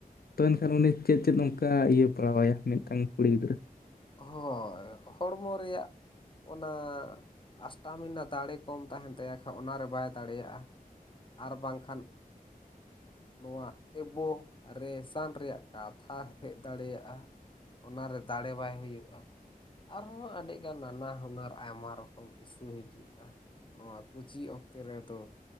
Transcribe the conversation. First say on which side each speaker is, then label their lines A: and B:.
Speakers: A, on the left (about 80°); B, on the left (about 35°).
A: ᱛᱚ ᱮᱱᱠᱷᱟᱱ ᱩᱱᱤ ᱪᱮᱫ ᱪᱮᱫ ᱚᱱᱠᱟ ᱤᱭᱟᱹ ᱯᱟᱲᱟᱣ ᱟᱭᱟ ᱢᱤᱫᱴᱟᱝ ᱠᱩᱲᱤ ᱜᱤᱫᱽᱨᱟᱹ?
B: ᱦᱳᱭ ᱦᱚᱲᱢᱚ ᱨᱮᱭᱟᱜ ᱚᱱᱟᱼᱼ ᱟᱥᱴᱟᱢᱤᱱᱟ ᱫᱟᱲᱮ ᱠᱚᱢ ᱛᱟᱦᱮᱱ ᱛᱟᱭᱟ ᱠᱷᱟᱡ ᱚᱱᱟᱨᱮ ᱵᱟᱭ ᱫᱟᱲᱮᱭᱟᱜᱼᱟ ᱾ ᱟᱨ ᱵᱟᱝᱠᱷᱟᱱᱼᱼ ᱱᱚᱣᱟ ᱮᱵᱚ ᱨᱮᱥᱟᱱ ᱨᱮᱭᱟᱜ ᱠᱟᱛᱷᱟ ᱦᱮᱡ ᱫᱟᱲᱮᱭᱟᱜᱼᱟ ᱾ ᱚᱱᱟᱨᱮ ᱫᱟᱲᱮ ᱵᱟᱭᱼᱼ ᱦᱩᱭᱩᱜᱼᱟ ᱟᱨᱦᱚᱸ ᱟᱹᱰᱤᱜᱟᱱ ᱱᱟᱱᱟ ᱦᱩᱱᱟᱹᱨ ᱟᱭᱢᱟ ᱨᱚᱠᱚᱢ ᱤᱥᱩ ᱦᱤᱡᱩᱜᱼᱟ ᱾ ᱱᱚᱣᱟ ᱠᱩᱪᱤ ᱚᱠᱛᱮ ᱨᱮᱫᱚ